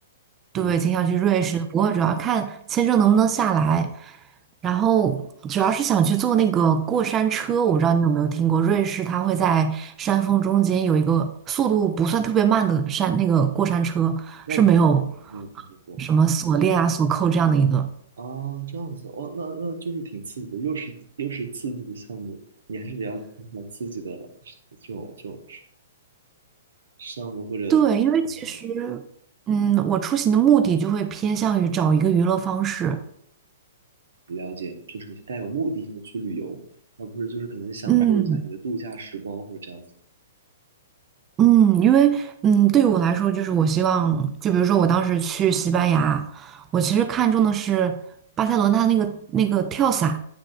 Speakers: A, on the right; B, on the right.
A: 对，
B: 嗯，
A: 挺想去瑞士的，不过主要看签证能不能下来，然后主要是想去坐那个过山车，我不知道你有没有听过，瑞士它会在山峰中间有一个速度不算特别慢的山，那个过山车是没有
B: 那我还真没有听说过
A: 什么锁链啊、锁扣这样的一个。
B: 啊，这样子哦，那那就是挺刺激的，又是又是刺激的项目，你还是比较喜欢刺激的这种这种项目或者运动的
A: 对，因为其实，嗯，我出行的目的就会偏向于找一个娱乐方式。
B: 了解，就是你是带有目的性的去旅游。而不是就是可能享受一下你的度假时光或者这样子。
A: 嗯嗯，因为嗯，对于我来说，就是我希望，就比如说我当时去西班牙，我其实看中的是巴塞罗那那个那个跳伞。